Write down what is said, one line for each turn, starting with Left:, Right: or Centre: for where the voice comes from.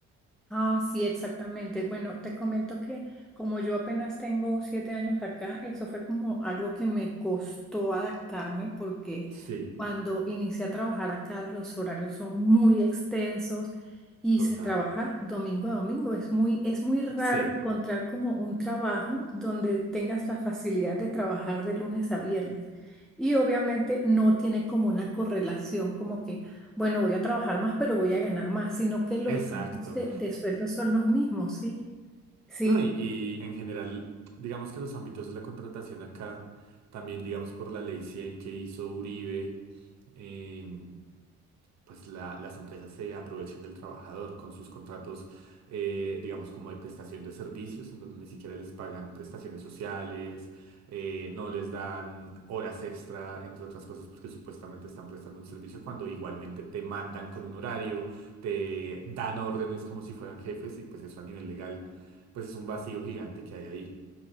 Centre: Ah, sí, exactamente. Bueno, te comento que como yo apenas tengo siete años acá, eso fue como algo que me costó adaptarme porque
Right: Sí,
Centre: cuando inicié a trabajar acá los horarios son muy extensos y
Right: total.
Centre: se trabaja domingo a domingo. Es muy, es muy raro
Right: Sí,
Centre: encontrar como un trabajo donde tengas la facilidad de trabajar de lunes a viernes. Y obviamente no tiene como una correlación como que bueno, voy a trabajar más, pero voy a ganar más, sino que los
Right: exacto.
Centre: rangos de, de sueldo son los mismos, sí, Sí,
Right: No, y, y en general, digamos que los ámbitos de la contratación acá, también digamos por la ley 100 que hizo Uribe, eh, pues la- las empresas se aprovechan del trabajador con sus contratos, eh, digamos, como de prestación de servicios, en donde ni siquiera les pagan prestaciones sociales, eh, no les dan horas extra, entre otras cosas, porque supuestamente están prestando un servicio cuando igualmente te mandan con un horario, te dan órdenes como si fueran jefes y pues eso a nivel legal, pues es un vacío gigante que hay ahí.